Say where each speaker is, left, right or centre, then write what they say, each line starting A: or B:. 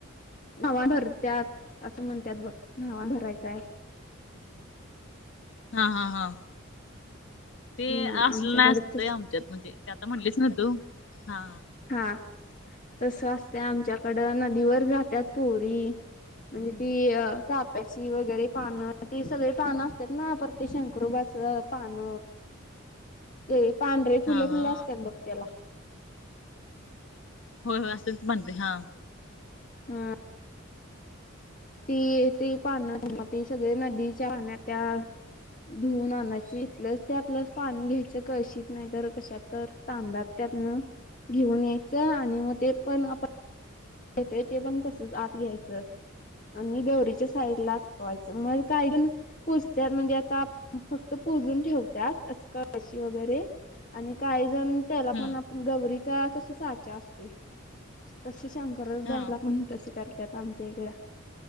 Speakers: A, on the left; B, on the left.
A: नावा भरत्यात अस म्हणतात बघ. नावा भरायचाय.
B: हा हा हा ते
A: हम्म
B: असल
A: आमच्याकडे
B: नाही असतय
A: तस
B: आमच्यात. म्हणजे ते आता म्हणलीच ना तू हा
A: हा तस असत आमच्याकड. नदीवर जातात पोरी. म्हणजे ती चाप्याची वगैरे पान ती सगळे पान असतात ना परत ते शंकरुबाच पान हे पांढरे फुल
B: हा हा
A: फुल
B: हा.
A: असतात बघ त्याला.
B: होय होय असे तर म्हणते हा
A: हम ती तेी पान ती सगळे नदीच्या पाहण्यात त्या धुवन आणायची इथलंच ते आपल्या पाणी घ्यायचं कळशीित नाही तर कशातत तर तांब्यात त्यातन घेऊन यायचं आणि मग ते पण आप होेतय ते पण कसंच आत घ्यायचं आणि गौरीच्या साईड ला ठेवायचं मग कायण पुूजत्यात म्हणजे आता फक्त पोजून ठेवतात अस कळशी वगैरे आणि काहीजण त्याला
B: हम्म
A: पण आपण गौरीचा कस साचा असतोय त त शंकर बाला
B: हा
A: पण तसं करतात आमच्या इकडं